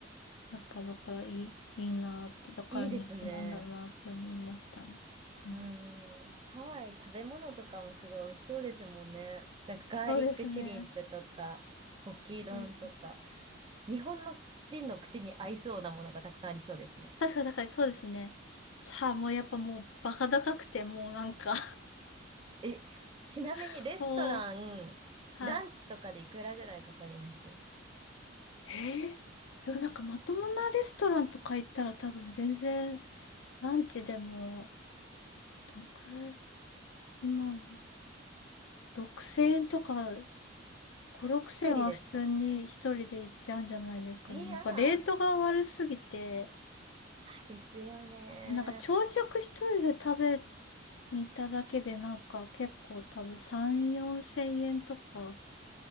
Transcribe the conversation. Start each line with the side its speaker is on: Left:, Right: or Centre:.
Left: やっぱだからいい、いいなって、だから人気なんだなって思いましたね。
Right: いいですね。
Left: うん、
Right: うん。ハワイ食べ物とかもすごい美味しそうですもんね。なんかガーリックシュリンプとか、
Left: そうですね。
Right: ポキ丼とか。
Left: そうですね。
Right: 日本の人の口に合いそうなものがたくさんありそうですね。
Left: 確かだからそうですね。さあもうやっぱもうバカ高くてもうなんか
Right: え、ちなみにレストラン、
Left: <laughs> もう、はい。
Right: ランチとかでいくらぐらいかかります
Left: へえ。でもなんかまともなレストランとか行ったら多分全然ランチでもどんくらい今6000円とか5、6000円は普通に一人で行っちゃうんじゃないですかね。
Right: 一人ですかいやー、
Left: やっぱレートが悪すぎて、
Right: ですよね
Left: なんか朝食一人で食べに行っただけでなんか結構多分3、4000円とか